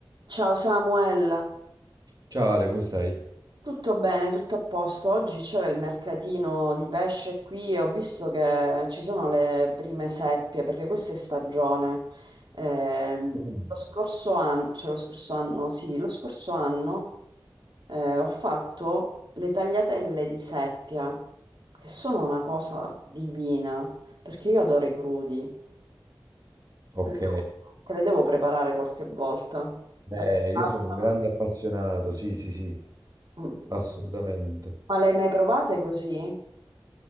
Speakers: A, on the right; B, on the right.
A: Ciao Samuel,
B: Ciao Ale, come stai?
A: tutto bene, tutto a posto. Oggi c'era il mercatino di pesce qui e ho visto che ci sono le prime seppie perché questa è stagione. Ehm,
B: Bene.
A: lo scorso anno, cioè lo scorso anno, sì, lo scorso anno eh, ho fatto le tagliatelle di seppia, che sono una cosa divina, perché io adoro i crudi.
B: Ok,
A: Te le devo, te le devo preparare qualche volta.
B: beh,
A: A te piacciono?
B: io sono un grande appassionato, sì, sì, sì,
A: Mm.
B: assolutamente.
A: Ma le hai mai provate così?